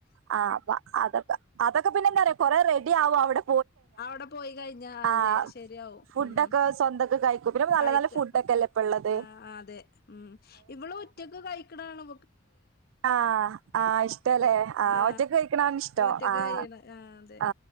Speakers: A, on the right; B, on the left.
A: ആ അ അതൊക്കെ അതൊക്കെ പിന്നെങ്ങ കു റെഡി ആവുംും അവിടെ
B: അവിടെ പോയി കഴിഞ്ഞ അതെ
A: ആഹ്
B: ശരിയാവുംവും
A: ഫുഡൊക്കെ
B: ഉ
A: സ്വന്തൊക്കെ കഴിക്കും പിന്നെ നല്ല
B: കഴിക്ക
A: നല്ല ഫുഡൊക്കെല്ലേ ഇപ്പള്ളത്
B: ആ അതെ ഉ ഇവള ഒറ്റക്ക് കഴിക്കണാണ്ൊ
A: ആഹ ആഹ് ഇഷ്ടല്ലേ ആഹ
B: ആ
A: ഒറ്റക്ക് കഴിക്കണന്ന് ഇഷ്ടോ
B: ഒറ്റക്ക്
A: ആഹ
B: കഴിയണ അതെ
A: ആ